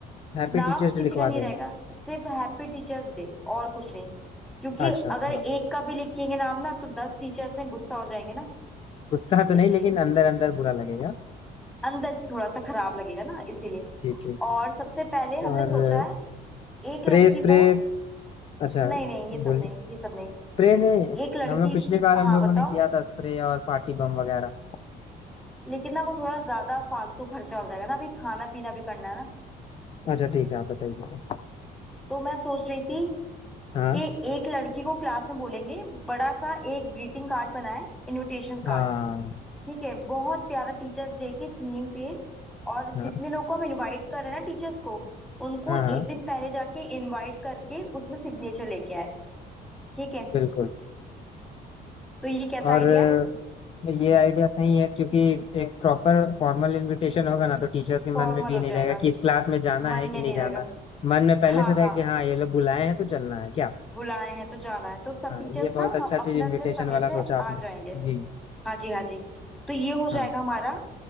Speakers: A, on the left; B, in the centre.
A: हैप्पी
B: नाम
A: टीचर्स डे
B: किसी
A: लिखवा
B: का नहीं
A: देंगे
B: रहेगा सिर्फ हैप्पी टीचर्स डे और कुछ नहीं क्योंकि
A: अच्छा
B: अगर एक
A: हाँ
B: का भी लिखेंगे नाम ना तो दस टीचर्स में गुस्सा हो जाएंगे ना
A: गुस्सा तो नहीं
B: इसलिए
A: लेकिन अंदर अंदर बुरा लगेगा
B: अंदर थोड़ा सा खराब लगेगा ना इसीलिए
A: जी ठीक
B: और सबसे पहले हमने
A: और
B: सोचा है एक
A: स्प्रे
B: लड़की
A: स्प्रे
B: को
A: अच्छा
B: नहीं नहीं ये सब
A: बोल
B: नहीं ये सब नहीं
A: स्प्रे ने
B: एक लड़की
A: हम लोग पिछली बार हम
B: हाँ
A: लोगों
B: बताओ
A: ने किया था स्प्रे और पार्टी बम वगैरह
B: लेकिन ना वो थोड़ा ज्यादा फालतू खर्चा हो जाएगा ना अभी खाना पीना भी करना है ना
A: अच्छा ठीक है आप बताइए
B: तो मैं सोच रही थी
A: हाँ
B: कि एक लड़की को क्लास में बोलेंगे बड़ा सा एक ग्रीटिंग कार्ड बनाए इनविटेशन
A: हाँ
B: कार्ड ठीक है बहुत प्यारा टीचर्स डे की थीम पे और जितने
A: हाँ
B: लोगों को हम इनवाइट कर रहे हैं ना टीचर्स को उनको
A: हाँ
B: एक
A: हाँ,
B: दिन पहले जाके इनवाइट करके उसमें सिग्नेचर लेके आए ठीक है
A: बिल्कुल
B: तो ये कैसा
A: और
B: आइडिया
A: अ,
B: है
A: ये आइडिया सही है क्योंकि एक प्रॉपर फॉर्मल इनविटेशन होगा ना तो टीचर्स के मन
B: फॉर्मल
A: में भी
B: हो
A: नहीं
B: जाएगा
A: रहेगा कि इस क्लास में जाना
B: मन
A: है कि
B: में
A: नहीं
B: नहीं
A: जाना
B: रहेगा
A: मन में पहले
B: हाँ
A: से रहे
B: हाँ
A: कि हाँ ये लोग बुलाए हैं तो चलना है क्या
B: बुलाए हैं तो जाना है तो सब
A: हाँ
B: टीचर्स
A: ये बहुत
B: ना
A: अच्छा
B: हम अपने
A: चीज इनविटेशन
B: अपने समय
A: वाला
B: से
A: सोचा आपने
B: आ जाएंगे
A: जी
B: हाँ जी हाँ जी तो ये हो जाएगा
A: हाँ
B: हमारा